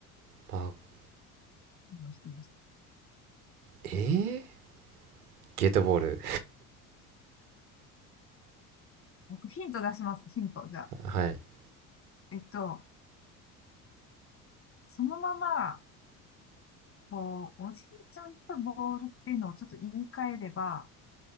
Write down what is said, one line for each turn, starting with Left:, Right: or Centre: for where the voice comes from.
Right: ま
Left: をしてました
Right: えーゲートボール
Left: 僕ヒント出します。ヒント。じゃあ。
Right: <laughs> はい
Left: えっと、そのまま、こう、おじいちゃんとボールっていうのをちょっと言い換えれば、